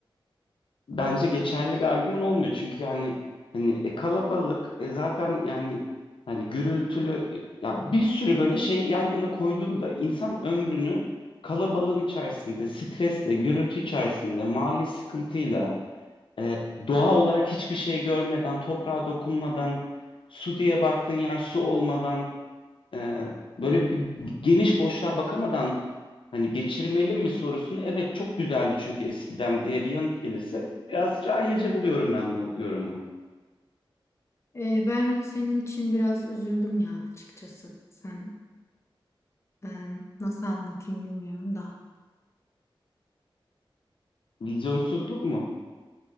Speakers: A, on the left (about 65°); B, on the left (about 30°).
A: bence geçerli bir argüman olmuyor. Çünkü yani hani e, kalabalık e, zaten yani hani gürültülü ya bir sürü böyle şeyi yan yana koyduğunda insan ömrünü kalabalığın içerisinde, stresle, gürültü içerisinde, mali sıkıntıyla, e, doğa olarak hiçbir şey görmeden, toprağa dokunmadan, su diye baktığın yer su olmadan ee, böyle bir geniş boşluğa bakamadan hani geçirmeli mi sorusunu evet çok güzeldi çünkü eskiden diye bir yanıt gelirse biraz cahilce buluyorum ben bu yorumu.
B: E, ben senin için biraz üzüldüm ya açıkçası. Sen e, nasıl anlatayım bilmiyorum da.
A: Vizyonsuzluk mu?